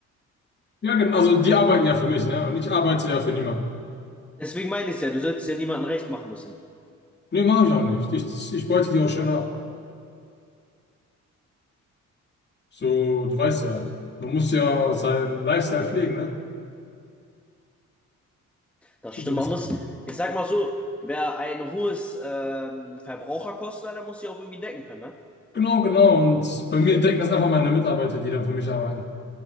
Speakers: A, on the left; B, in the centre.
A: Ja, genau, also die arbeiten ja für mich, ne? Und ich arbeite ja für niemanden.
B: Deswegen meine ich ja, du solltest ja niemandem recht machen müssen.
A: Nee, mache ich auch nicht. Ich, ich beute die auch schön ab. So, du weißt ja, man muss ja seinen Lifestyle pflegen, ne?
B: Das
A: So
B: stimmt.
A: ein bisschen.
B: Man muss, ich sag mal so, wer ein hohes ähm, Verbraucherkosten hat, der muss sich auch irgendwie decken können, ne?
A: Genau, genau. Und bei mir denken das einfach meine Mitarbeiter, die dann für mich arbeiten.